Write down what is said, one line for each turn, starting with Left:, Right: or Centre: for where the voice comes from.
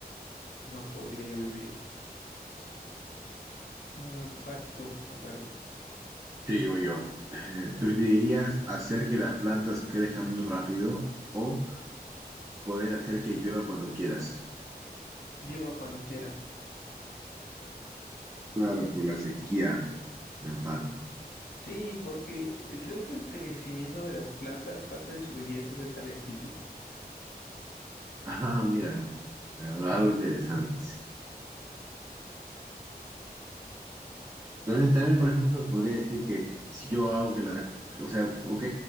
Left: no podría yo vivir. Ah, vas tú, me parece.
Right: Sí, voy yo. Eh, ¿Preferirías hacer que las plantas crezcan muy rápido o poder hacer que llueva cuando quieras?
Left: Lleva cuando quiera.
Right: Claro, por la sequía, en parte. <laughs>
Left: Sí, porque creo que el crecimiento de las plantas, parte de su belleza es esa lentitud.
Right: Ah, mira, algo interesante. También, también, por ejemplo, podría decir que si yo hago que las, o sea, ok,